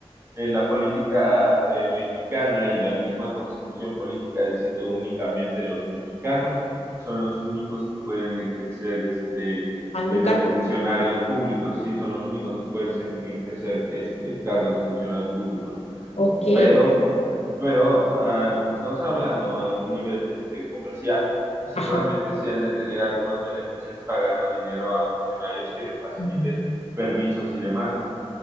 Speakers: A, on the right; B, on the left.
A: eh, la política eh, mexicana y la misma constitución política dice que únicamente los mexicanos son los únicos que pueden ejercer este
B: algún
A: eh,
B: cargo.
A: de funcionarios públicos, sí, son los únicos que pueden ejercer este cargos de funcionarios públicos.
B: Ok,
A: Pero, eh, pero ah, como estamos hablando a un nivel este, comercial, pues seguramente
B: ajá.
A: sí han de tener algunos beneficios pagando dinero a funcionarios que les faciliten
B: Ujú.
A: permisos y demás.